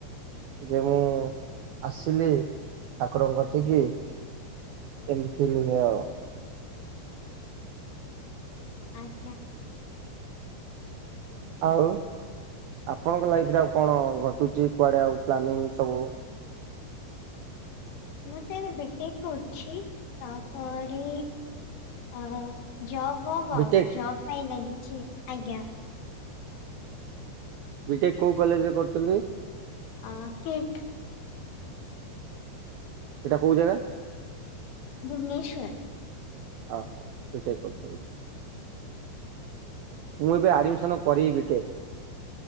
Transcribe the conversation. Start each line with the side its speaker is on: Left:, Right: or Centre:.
Right: ଯେ ମୁଁ ଆସିଲି ଠାକୁରଙ୍କ କତିକି ଏମତି ଚିଲିଣୀ ଆଉ।
Left: ଆଜ୍ଞା।
Right: ଆଉ ଆପଣଙ୍କ ଲାଇଫରେ ଆଉ କଣ ଘଟୁଛି କୁଆଡ଼େ ଆଉ ପ୍ଲାନିଂ ସବୁ
Left: ମୁଁ ତ ଏବେ ବିଟେକ୍ କରୁଛି। ତାପରେ ଆ- ଜବ୍ ଫବ୍
Right: ବିଟେକ୍
Left: ଆଉ ଜବ୍ ଏଇନା କିଛି- ଆଜ୍ଞା।
Right: ବିଟେକ୍ କଉ କଲେଜ୍ ରେ କରୁଚନ୍ତି?
Left: ଆ- କିଟ୍
Right: ସେଟା କଉ ଜାଗା?
Left: ଭୁବନେଶ୍ୱର୍।
Right: ଓହୋ ବିଟେକ୍ କରୁଚନ୍ତି। ମୁଁ ଏବେ ଆଡମିଶନ କରବି ବିଟେକ୍।